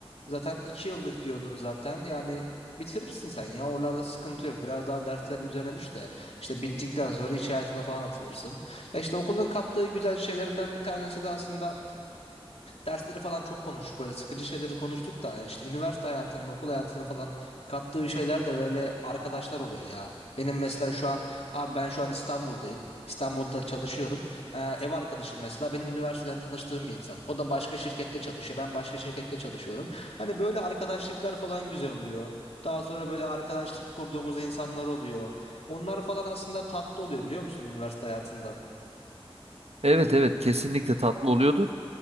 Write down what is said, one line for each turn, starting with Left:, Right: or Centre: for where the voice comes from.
Left: Zaten iki yıllık diyordun zaten yani bitirirsin sen ya oralarda sıkıntı yok biraz daha derslerin üzerine düş de. İşte bittikten sonra iş hayatına falan atılırsın. Ya işte okulun kattığı güzel şeylerden bir tanesi de aslında dersleri falan çok konuştuk böyle sıkıcı şeyleri konuştuk da ya işte üniversite hayatının okul hayatının falan kattığı şeyler de böyle arkadaşlar oluyor ya. Benim mesela şu an abi ben şu an İstanbul'dayım. İstanbul'da çalışıyorum. Ee, ev arkadaşım mesela benim üniversiteden tanıştığım bir insan. O da başka şirkette çalışıyor. Ben başka şirkette çalışıyorum. Hani böyle arkadaşlıklar falan güzel oluyor. Daha sonra böyle arkadaşlık kurduğumuz insanlar oluyor. Onlar falan aslında tatlı oluyor biliyor musun üniversite hayatında?
Right: Evet evet kesinlikle tatlı oluyordur.